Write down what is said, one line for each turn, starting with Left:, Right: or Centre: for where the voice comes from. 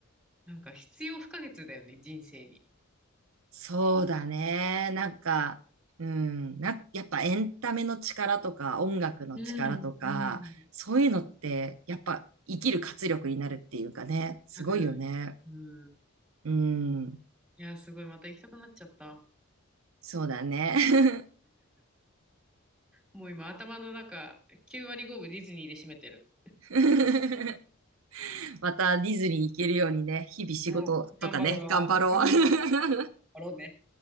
Centre: なんか必要不可欠だよね、人生に。
Right: そうだね。なんか、うん、な、やっぱエンタメの力とか音楽の力とか、
Centre: うん、うん。
Right: そういうのってやっぱ生きる活力になるっていうかね、すごいよね。
Centre: ある。うん。
Right: うん、
Centre: いや、すごい、また行きたくなっちゃった。
Right: そうだね。
Centre: もう今、頭の中、9割5分ディズニーで占めてる。
Right: <laughs> またディズニー行けるようにね、日々仕事とかね、
Centre: もう、頑張るわ。
Right: 頑張ろう。
Centre: うん。
Right: <laughs>
Centre: 頑張ろうね。